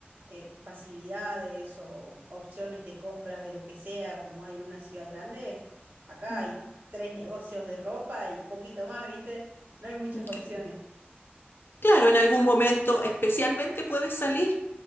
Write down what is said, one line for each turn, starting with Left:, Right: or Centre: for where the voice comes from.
Right: eh, facilidades o opciones de compras de lo que sea como hay en una ciudad grande, acá
Left: Mm.
Right: hay tres negocios de ropa y poquito más, ¿viste? No hay muchas
Left: Ok.
Right: opciones.
Left: Claro, en algún momento especialmente puedes salir